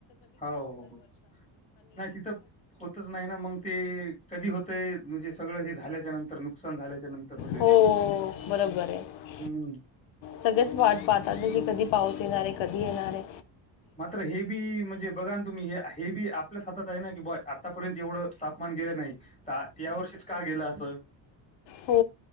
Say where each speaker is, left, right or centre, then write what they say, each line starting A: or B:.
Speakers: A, on the left; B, on the left.
A: हो नाही तिथं होतच नाही ना मग ते कधी होतय म्हणजे सगळं हे झाल्याच्या नंतर तर नुकसान झाल्याच्या नंतर होते
B: हो
A: त
B: बरोबर आहे
A: हम्
B: सगळेच वाट पाहतात की कधी पाऊस येणारे कधी येणारे
A: मात्र हे बी म्हणजे बघा ना तुम्ही हे, हे बी आपल्याच हातात आहे ना की आतापर्यंत एवढं तापमान गे नाही या वर्षीच का गेलं असं
B: हो